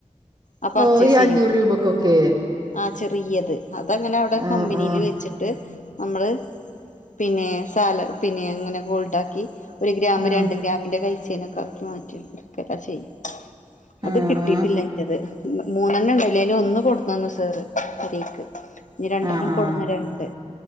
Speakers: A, on the left; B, on the right.
A: ആ പർച്ചേസ്
B: ഓ ഈ
A: ചെയ്യുബോ
B: അഞ്ഞൂറ് രൂപക്കൊക്കെ
A: ആഹ് ചെറിയത് അതങ്ങനെ അവ്ടെ
B: ആഹ്
A: കമ്പിനീൽ
B: ആഹ്
A: വെച്ചിട്ട് നമ്മള് പിന്നെ സാല പിന്നെ ഇങ്ങനെ ഗോൾഡാക്കി ഒരു ഗ്രാം
B: ആഹ്
A: രണ്ട് മിന്റെ കൈചെയ്നൊക്കെ ആക്കി മാറ്റിയെടുക്ക ഒക്കെ ചെയ്യും അത്
B: ആഹ്
A: കിട്ടീട്ടില്ല
B: ആഹ്
A: ഇന്റത് മൂന്നെണ്ണണ്ടല്ലോ അയില് ഒന്ന് കൊടുന്നന്നു സാറ് പെരേക്ക് ഇനി രണ്ടെർണ്ണം
B: ആഹ് ആഹ്
A: കൊടുന്നെരാന്ണ്ട്